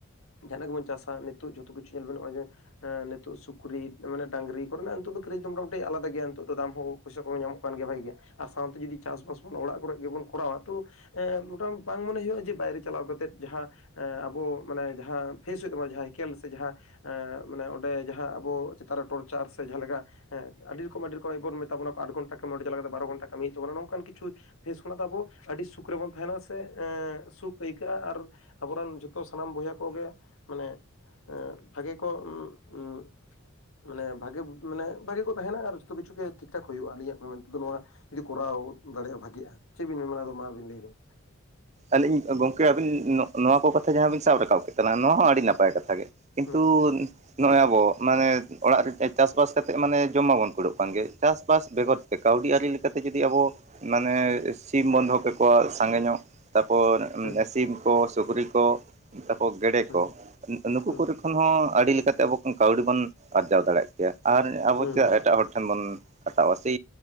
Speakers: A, on the left; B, on the right.
A: ᱡᱟᱦᱟᱱᱟᱜ ᱜᱮᱵᱚᱱ ᱪᱟᱥᱼᱼ ᱟ ᱱᱤᱛᱚᱜ ᱡᱚᱛᱚ ᱠᱤᱪᱷᱩ ᱧᱮᱞ ᱢᱮ ᱱᱚᱜᱼᱚᱭ ᱡᱮᱼᱼ ᱮᱸ ᱱᱤᱛᱚᱜ ᱥᱩᱠᱨᱤ ᱢᱟᱱᱮ ᱰᱟᱝᱨᱤ ᱠᱚᱨᱮᱱᱟᱜ ᱱᱤᱛᱚᱜ ᱫᱚ ᱠᱮᱨᱮᱡ ᱫᱚ ᱢᱚᱴᱟ-ᱢᱩᱴᱤ ᱟᱞᱟᱫᱟ ᱜᱮᱭᱟ ᱱᱤᱛᱚᱜ ᱫᱚ ᱫᱟᱢ ᱦᱚᱸ ᱯᱚᱭᱥᱟ ᱠᱚᱦᱚᱸ ᱧᱟᱢᱚᱜ ᱠᱟᱱ ᱜᱮᱭᱟ ᱵᱷᱟᱜᱤ ᱜᱮᱭᱟ, ᱟᱨ ᱥᱟᱶᱛᱮ ᱡᱩᱫᱤ ᱪᱟᱥᱵᱟᱥ ᱵᱚᱱ ᱚᱲᱟᱜ ᱠᱚᱨᱮ ᱜᱮᱵᱚᱱ ᱠᱚᱨᱟᱣᱟ ᱛᱚᱼᱼ ᱮᱸ ᱢᱚᱴᱟᱢ ᱵᱟᱝ ᱢᱚᱱᱮ ᱦᱩᱭᱩᱜᱼᱟ ᱡᱮ ᱵᱟᱭᱨᱮ ᱪᱟᱞᱟᱣ ᱠᱟᱛᱮᱜ ᱡᱟᱦᱟᱸᱼᱼ ᱮᱸ ᱟᱵᱚ ᱢᱟᱱᱮ ᱡᱟᱦᱟᱸ ᱯᱷᱮᱥ ᱦᱩᱭᱩᱜ ᱛᱟᱵᱚᱱᱟ ᱡᱟᱦᱟᱸ ᱦᱤᱠᱮᱞ ᱥᱮ ᱡᱟᱦᱟᱸᱼᱼ ᱮᱸ ᱢᱟᱱᱮ ᱚᱸᱰᱮ ᱡᱟᱦᱟᱸ ᱟᱵᱚ ᱪᱮᱛᱟᱱ ᱨᱮ ᱴᱚᱨᱪᱟᱨ ᱥᱮ ᱡᱟᱦᱟᱸ ᱞᱮᱠᱟᱼᱼ ᱦᱮᱸ ᱟᱹᱰᱤ ᱨᱚᱠᱚᱢ ᱟᱹᱰᱤ ᱨᱚᱠᱚᱢ ᱮᱸ ᱵᱚᱱ ᱢᱮᱛᱟ ᱵᱚᱱᱟ ᱠᱚ ᱟᱴ ᱜᱷᱚᱱᱴᱟ ᱠᱟᱹᱢᱤ ᱚᱸᱲᱮ ᱪᱟᱞᱟᱣ ᱠᱟᱛᱮᱜ ᱵᱟᱨᱚ ᱜᱷᱚᱱᱟ ᱠᱟᱹᱢᱤ ᱦᱩᱭᱩᱜ ᱛᱟᱵᱚᱱᱟ ᱱᱚᱝᱠᱟᱱ ᱠᱤᱪᱷᱩᱼᱼ ᱯᱷᱮᱥ ᱠᱷᱚᱱᱟᱜ ᱫᱚ ᱟᱵᱚ ᱟᱹᱰᱤ ᱥᱩᱠ ᱨᱮᱵᱚᱱ ᱛᱟᱦᱮᱱᱟ ᱥᱮ ᱮᱸ ᱥᱩᱠ ᱟᱹᱭᱠᱟᱹᱜᱼᱟ ᱟᱨᱼᱼ ᱟᱵᱚᱨᱮᱱ ᱡᱚᱛᱚ ᱥᱟᱱᱟᱢ ᱵᱚᱭᱦᱟ ᱠᱚᱜᱮ ᱢᱟᱱᱮᱼᱼ ᱮᱸᱻ ᱵᱷᱟᱹᱜᱮ ᱠᱚ ᱩᱸ ᱩᱸᱼᱼ ᱢᱟᱱᱮ ᱵᱷᱟᱜᱮ ᱢᱟᱱᱮ ᱵᱷᱟᱜᱮ ᱠᱚ ᱛᱟᱦᱮᱱᱟ ᱟᱨ ᱡᱚᱛᱚ ᱠᱤᱪᱷᱩ ᱜᱮ ᱴᱷᱤᱠ-ᱴᱷᱟᱠ ᱦᱩᱭᱩᱜᱼᱟ ᱟᱹᱞᱤᱧᱟᱜ ᱢᱮᱱ ᱛᱮᱫᱚ ᱱᱚᱣᱟᱼᱼ ᱡᱩᱫᱤ ᱠᱚᱨᱟᱣ ᱫᱟᱲᱮᱭᱟᱜᱼᱟ ᱵᱷᱟᱹᱜᱤᱜᱼᱟ ᱪᱮᱫ ᱵᱤᱱ ᱢᱮᱱᱟ ᱢᱟ ᱟᱫᱚ ᱟᱵᱤᱱ ᱞᱟᱹᱭᱵᱮᱱ?
B: ᱟᱹᱞᱤᱧ ᱜᱚᱝᱠᱮ ᱟᱵᱤᱱ ᱱᱚᱜ-ᱱᱚᱣᱟ ᱠᱚ ᱠᱟᱛᱷᱟ ᱡᱟᱦᱟᱸ ᱵᱤᱱ ᱥᱟᱵ ᱨᱟᱠᱟᱵ ᱠᱮᱫ ᱛᱟᱞᱟᱸᱜᱼᱟ ᱱᱚᱣᱟ ᱦᱚᱸ ᱟᱹᱰᱤ ᱱᱟᱯ ᱯᱟᱭ ᱠᱟᱛᱷᱟ ᱜᱮ ᱠᱤᱱᱛᱩ
A: ᱦᱩᱸ
B: ᱱᱚᱜ-ᱚᱭ ᱟᱵᱚ ᱢᱟᱱᱮ ᱚᱲᱟᱜ ᱨᱮ ᱪᱟᱥ-ᱵᱟᱥ ᱠᱟᱛᱮᱫ ᱢᱟᱱᱮ ᱡᱚᱢ ᱢᱟᱵᱚᱱ ᱠᱩᱲᱟᱹᱜ ᱠᱟᱱ ᱜᱮ ᱪᱟᱥ ᱵᱟᱥ
A: ᱦᱩᱸ
B: ᱵᱮᱜᱚᱨ ᱠᱟᱹᱣᱰᱤ ᱟᱹᱨᱤ ᱞᱮᱠᱟᱛᱮ ᱡᱩᱫᱤ ᱟᱵᱚ ᱢᱟᱱᱮ ᱥᱤᱢ ᱵᱚᱱ ᱫᱚᱦᱚ ᱠᱟᱠᱚᱣᱟ ᱥᱟᱸᱜᱮ ᱧᱚᱜ ᱛᱟᱯᱚᱨ
A: ᱦᱩᱸ
B: ᱥᱤᱢ ᱠᱚ, ᱥᱩᱠᱨᱤ ᱠᱚ, ᱛᱟᱯᱚᱨ ᱜᱮᱰᱮ
A: ᱦᱩᱸ
B: ᱠᱚ ᱱᱩᱠᱩ
A: ᱦᱩᱸ
B: ᱠᱚᱨᱮ ᱠᱚ ᱠᱷᱚᱱ ᱦᱚᱸ ᱟᱹᱰᱤ ᱞᱮᱠᱟᱛᱮ ᱟᱵᱚ ᱠᱷᱚᱱ ᱠᱟᱹᱣᱰᱤ ᱵᱚᱱ ᱟᱨᱡᱟᱣ ᱫᱟᱲᱮᱭᱟᱜ ᱠᱮᱭᱟ ᱟᱨ
A: ᱦᱩᱸ
B: ᱟᱵᱚ ᱪᱮᱫᱟᱜ ᱮᱴᱟᱜ ᱦᱚᱲ ᱴᱷᱮᱱ ᱵᱚᱱ ᱠᱷᱟᱴᱟᱣᱼᱟ ᱥᱮ